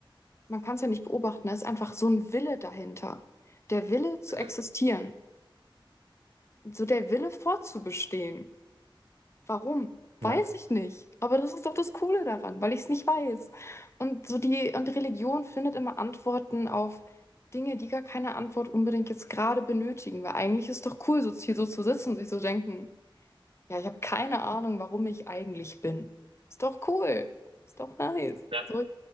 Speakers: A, on the left; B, on the right.
A: man kann es ja nicht beobachten, da ist einfach so ein Wille dahinter. Der Wille zu
B: mhm.
A: existieren, so der Wille fortzubestehen. Warum?
B: ja,
A: Weiß ich nicht. Aber das ist doch das Coole daran, weil ich es nicht weiß. Und so die, und die Religion findet immer Antworten auf Dinge, die gar keine Antwort unbedingt jetzt gerade benötigen. Weil eigentlich ist doch cool, so hier so zu sitzen und sich so denken, ja, ich habe keine Ahnung, warum ich eigentlich bin. Ist doch cool. Ist doch nice.
B: ja,
A: So,